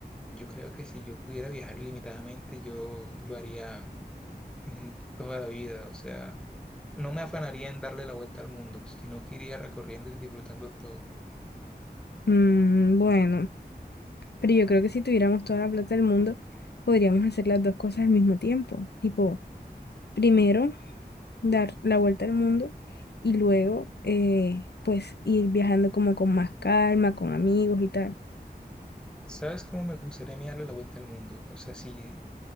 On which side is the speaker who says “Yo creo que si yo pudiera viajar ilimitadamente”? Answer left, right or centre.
Centre